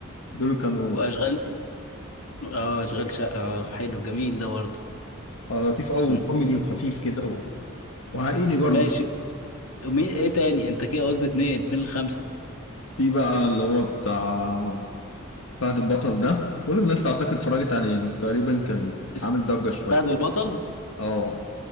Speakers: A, on the left; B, on the left.
A: دول كانوا
B: واشغال
A: س-
B: اه اشغال شقه اه حلو جميل ده برضه
A: آه، لطيف قوي
B: مم.
A: وكوميدي وخفيف كده و... وعائلي برضه
B: ماشي مين ايه تاني انت كده قلت اتنين فين الخمسه
A: في بقى اللي هو بتاع فهد البطل ده كل الناس اعتقد اتفرجت عليه تقريبا كان
B: بس
A: عامل ضجة شوية
B: فهد البطل
A: اه